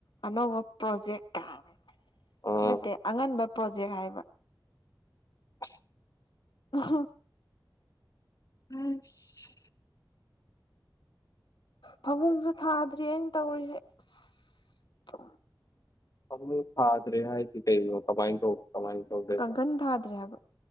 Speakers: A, on the left (about 75°); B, on the left (about 45°).
A: ꯑꯅꯧꯕ ꯄ꯭ꯔꯣꯖꯦꯛ ꯀꯥꯏꯅ
B: ꯑꯥ
A: ꯅꯠꯇꯦ ꯑꯉꯟꯕ ꯄ꯭ꯔꯣꯖꯦꯛ ꯍꯥꯏꯕ꯫
B: <unintelligible>
A: ꯑꯣꯍꯣ꯫
B: ꯑꯁ꯫
A: ꯐꯃꯨꯡꯁꯨ ꯊꯥꯗ꯭ꯔꯤ ꯑꯩꯅ ꯇꯧꯔꯤꯁꯦ ꯑꯁ꫰꫰
B: ꯐꯥꯃꯨꯡ ꯊꯗꯔꯤꯍꯥꯏꯗꯤ ꯀꯩꯅꯣ ꯀꯃꯥꯏꯟ ꯇꯧ ꯀꯃꯥꯏꯟ ꯇꯧꯗꯣꯏꯕ꯫
A: ꯀꯥꯡꯈꯟ ꯊꯥꯗ꯭ꯔꯤ ꯍꯥꯏꯕ